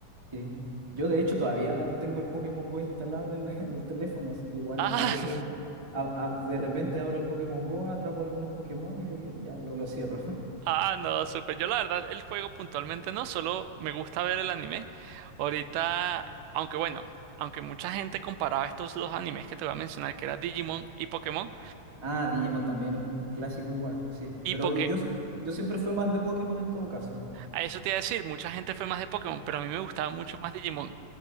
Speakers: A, on the right; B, on the right.
A: sí. Yo de hecho todavía tengo el Pokémon Go instalado en el, <laughs> en el teléfono, así que igual
B: Ah,
A: a veces...
B: <laughs>
A: a- a- de repente abro el Pokémon Go, atrapo algunos Pokémon y ya lo, lo cierro.
B: ah, no, súper. Yo la verdad, el juego puntualmente no, solo me gusta ver el anime. Ahorita, aunque bueno, aunque mucha gente comparaba estos dos animes que te voy a mencionar, que era Digimon y Pokémon,
A: Ah, Digimon también es un, un clásico igual, sí, po.
B: y
A: Pero
B: porque
A: yo, s- yo siempre fui más de Pokémon en todo caso.
B: a eso te iba a decir, mucha gente fue más de Pokémon, pero a mí me gustaba mucho más Digimon.